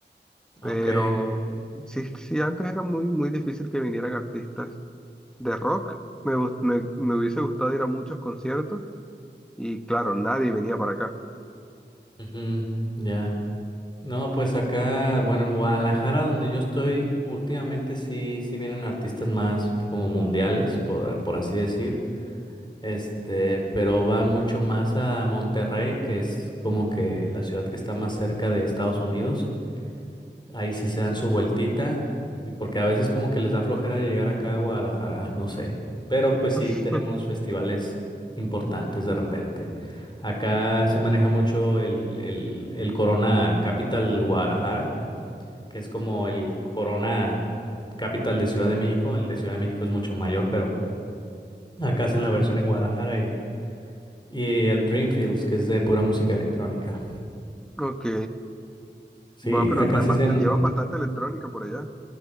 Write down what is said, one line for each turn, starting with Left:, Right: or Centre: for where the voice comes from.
Centre: Pero
Left: ok,
Centre: sí, sí, antes era muy, muy difícil que vinieran artistas de rock. Me, gust- me, me hubiese gustado ir a muchos conciertos y claro, nadie venía para acá.
Left: ujú, ya. No, pues acá, bueno, en Guadalajara, donde yo estoy, últimamente sí, sí vienen artistas más como mundiales, por, por así decir, este, pero van mucho más a Monterrey, que es como que la ciudad que está más cerca de Estados Unidos. Ahí sí se dan su vueltita, y porque a veces como que les da flojera llegar acá a Guadalajara, no sé. Pero pues
Centre: <laughs>
Left: sí tenemos festivales importantes de repente. Acá se maneja mucho el, el, el Corona Capital Guadalajara, que es como el Corona Capital de Ciudad de México. El de Ciudad de México es mucho mayor, pero acá hacen la versión en Guadalajara y, y el Dreamfields, que es de pura música electrónica.
Centre: Ok,
Left: Sí,
Centre: va, pero
Left: acá
Centre: traen
Left: sí
Centre: bast-
Left: se,
Centre: llevan bastante electrónica por allá,